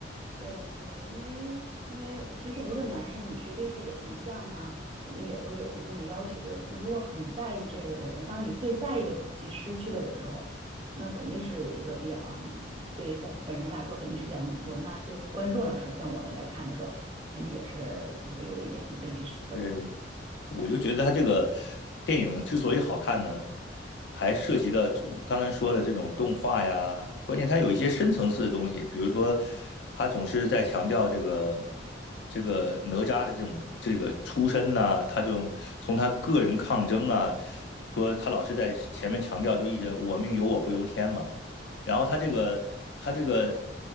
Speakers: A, on the right; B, on the left.
A: 对对，因为因为我其实无论男士女士对自己的形象呢，肯定也都有一定的要求的。如果很在意这个的人，当你最在意的东西失去了的时候，那肯定是一个比较嗯对他本人来说肯定是比较难过。那对于观众来说，像我们来看的时候，肯定也是就会有一点悲剧色彩。
B: 对，我就觉得他这个电影之所以好看呢，还涉及到刚才说的这种动画呀，关键它有一些深层次的东西，比如说他总是在强调这个这个哪吒的这种这个出身呐、他这种从他个人抗争啊，说他老是在前面强调，就一直我命由我不由天嘛。然后他这个他这个